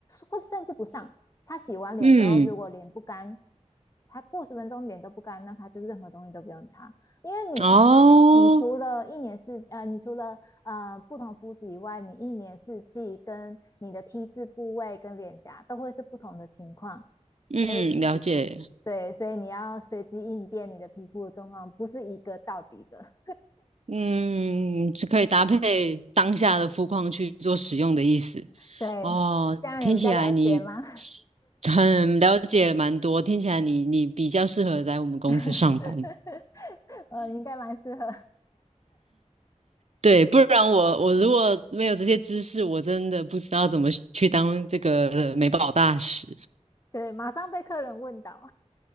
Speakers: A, on the left (about 25°); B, on the right (about 60°).
A: 或甚至不上。他洗完脸之后，
B: 嗯，
A: 如果脸不干，他过十分钟脸都不干，那他就任何东西都不用擦，因为你
B: 哦，
A: 你除了一年四呃，你除了呃不同肤质以外，你一年四季跟你的 T 字部位跟脸颊都会是不同的情况，
B: 嗯，
A: 所以
B: 了解，
A: 对，所以你要随机应变你的皮肤的状况，不是一个到底的。
B: 嗯，是可以搭配当下的肤况去做使用的意思。
A: 对，
B: 哦，
A: 这样有比较了解吗？
B: 听起来你很了解蛮多，听起来你你比较适合在我们公司上班。
A: <laughs> 呃，你应该蛮适合，
B: 对，不然我我如果没有这些知识，我真的不知道怎么去当这个呃美宝大使。
A: <laughs> 对，马上被客人问倒。